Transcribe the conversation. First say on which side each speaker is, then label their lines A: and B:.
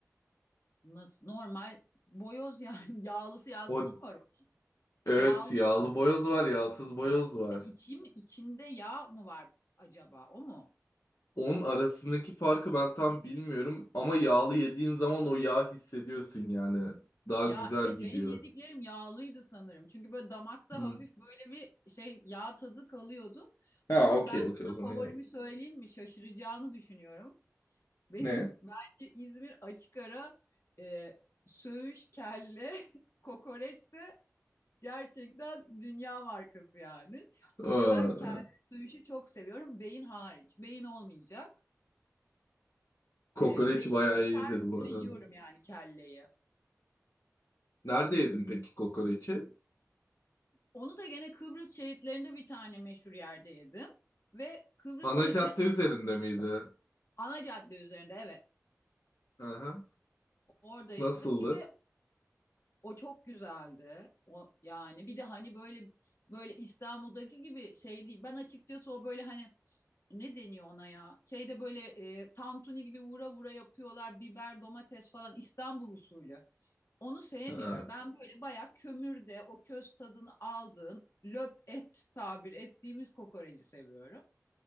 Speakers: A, on the left; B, on the left.
A: nasıl normal boyoz yani <laughs> yağlısı yağsızı
B: O
A: mı var? o?
B: evet
A: Yağlı
B: yağlı
A: yani.
B: boyoz var, yağsız boyoz var.
A: İçim içinde yağ mı var acaba o mu?
B: Onun arasındaki farkı ben tam bilmiyorum ama yağlı yediğin zaman o yağ hissediyorsun yani. Daha
A: Ya
B: güzel
A: evet
B: gidiyor.
A: benim yediklerim yağlıydı sanırım. Çünkü böyle damakta
B: Hı.
A: hafif böyle bir şey yağ tadı kalıyordu.
B: Ha
A: Ama
B: okey
A: ben sana
B: okey o zaman
A: favorimi
B: yağlı.
A: söyleyeyim mi? Şaşıracağını düşünüyorum. Benim
B: Ne?
A: <laughs> bence İzmir açık ara e, söğüş, kelle, <laughs> kokoreç de gerçekten dünya markası yani.
B: Aa,
A: Ve ben kelle söğüşü çok seviyorum. Beyin hariç. Beyin olmayacak.
B: kokoreç
A: E, beyin
B: bayağı iyidir
A: her
B: bu
A: türlü
B: arada.
A: yiyorum yani kelleyi.
B: Nerede yedin peki kokoreçi?
A: Onu da gene Kıbrıs şehitlerinde bir tane meşhur yerde yedim. Ve Kıbrıs
B: Ana
A: şehitlerinin
B: cadde üzerinde miydi?
A: ana cadde üzerinde evet
B: Aha.
A: orada yedim.
B: Nasıldı?
A: Bir de o çok güzeldi. O, yani bir de hani böyle böyle İstanbul'daki gibi şey değil. Ben açıkçası o böyle hani ne deniyor ona ya? Şeyde böyle e, tantuni gibi vura vura yapıyorlar. Biber, domates falan İstanbul usulü. Onu sevmiyorum.
B: Ha.
A: Ben böyle bayağı kömürde o köz tadını aldığın löp et tabir ettiğimiz kokoreci seviyorum.